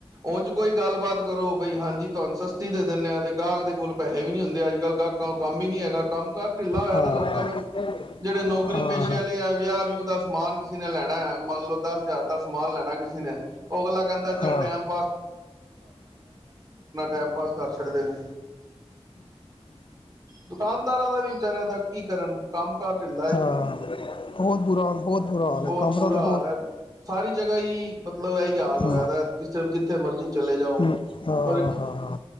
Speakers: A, on the right; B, on the left.
A: ਉੰਜ ਕੋਈ ਗੱਲਬਾਤ ਕਰੋ, ਬਈ ਹਾਂਜੀ ਤੁਹਾਨੂੰ ਸਸਤੀ ਦੇ ਦਿੰਦੇ ਆ, ਤੇ ਗਾਹਕ ਦੇ ਕੋਲ ਪੈਸੇ ਵੀ ਨੀ ਹੁੰਦੇ ਅੱਜ -ਕੱਲ ਗ ਕੰਮ ਵੀ ਨੀ ਹੈਗਾ, ਕੰਮ ਕਾਰ ਢਿੱਲਾ ਹੋਇਆ,
B: ਹਾਂ
A: ਲੋਕਾਂ
B: ਹਾਂ
A: ਦੇ ਵੀ ਜਿਹੜੇ ਨੌਕਰੀ
B: ਹਾਂ
A: ਪੇਸ਼ੇ ਵਾਲੇ ਆ, ਵਿਆਹ ਵਿਊ ਦਾ ਸਮਾਨ <inaudible> ਮੰਨ ਲਓ ਦਸ ਹਜ਼ਾਰ ਦਾ ਸਮਾਨ ਲੈਣਾ ਕਿਸੇ ਨੇ, ਅਗਲਾ ਕਹਿੰਦਾ ਚੱਲ
B: ਹਾਂ
A: ਟੈਮ ਟਾਈਮ ਪਾਸ ਕਰ ਛੱਡਦੇ ਨੇ ਦੁਕਾਨਦਾਰਾਂ ਦਾ ਵੀ ਵਿਚਾਰਿਆਂ ਦਾ ਕੀ ਕਰਨ ਕੰਮ ਕਾਰ ਢਿੱਲਾ ਹੈ
B: ਹਾਂ,
A: ਜੀ
B: ਬਹੁਤ ਬੁਰਾ ਹਾਲ ਬਹੁਤ ਬੁਰਾ
A: ਬਹੁਤ
B: ਹਾਲ ਹੈ ਕ <unintelligible>
A: ਬੁਰਾ ਸਾਰੀ ਜਗਾਈ, ਹੀ ਮਤਲਬ ਇਹੀ ਹਾਲ ਹੋਇਆਦਾ
B: ਹਾਂ
A: ਜਿੱਥੇ ਮਰਜ਼ੀ ਚਲੇ ਜਾਓ,
B: ਹੂੰ, ਹਾਂ
A: ਔਰ ਇੱਕ
B: ਹਾਂ ਹਾਂ